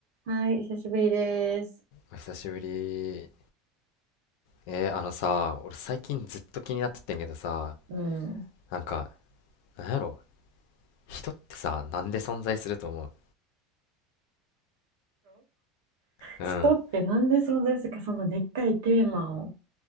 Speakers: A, on the right; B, on the left.
A: はい、久しぶりです。
B: お久しぶり。えー、あのさ、俺最近ずっと気になってってんけどさ、
A: うん。
B: なんか、なんやろ、人ってさ、なんで存在すると思ううん、
A: 人ってなんでそんな、かそのでっかいテーマを。